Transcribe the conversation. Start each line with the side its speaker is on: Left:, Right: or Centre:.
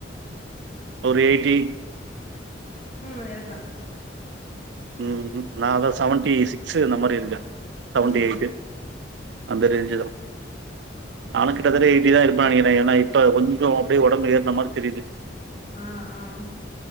Right: ஒரு எய்ட்டி
Left: ம் இருப்பே
Right: ம் நான் அதா செவேன்ட்டி சிக்ஸு இது மாரி இருக்க செவன்டி
Left: ம்
Right: எய்ட்டு அந்த ரேஞ்சு தான் ஆனக்கிட்டதட்ட ஏயிட்டி தான் இருப்ப ஏன்னா இப்ப கொஞ்சோ அப்டியே ஒடம்பு ஏறன மாதிரி தெரியுது
Left: ஆஹ் ஆஹ்